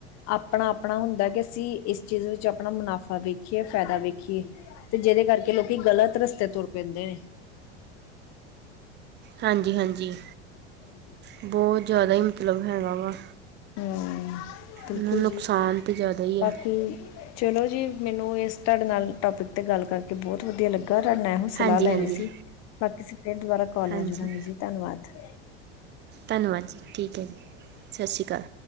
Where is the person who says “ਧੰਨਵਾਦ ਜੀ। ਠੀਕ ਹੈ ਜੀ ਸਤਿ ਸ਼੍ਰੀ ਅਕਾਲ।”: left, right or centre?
Right